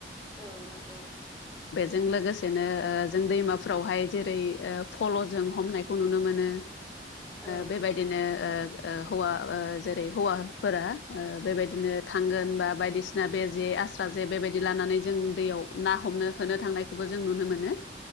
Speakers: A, in the centre; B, on the left.
A: औ नंगौ
B: जों लोगोसेनो जों दैमाफ्रावहाय जेरै फल'जों हमनायखौ नुनो मोनो
A: औ
B: बेबायदिनो हौवा जेरै हौवाफोरा बेबायदिनो थांगोन बा बायदिसिना बे जे आस्रा जे बेबायदि लानानै जों दैयाव ना हमनो होनो थांनायखौबो जों नुनो मोनो